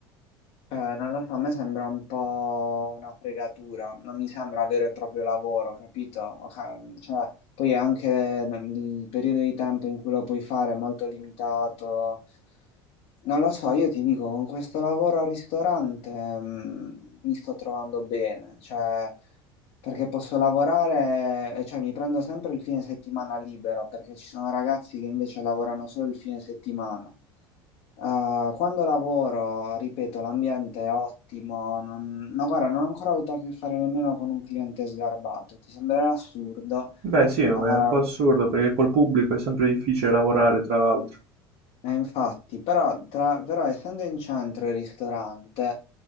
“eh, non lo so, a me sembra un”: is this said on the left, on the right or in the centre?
Left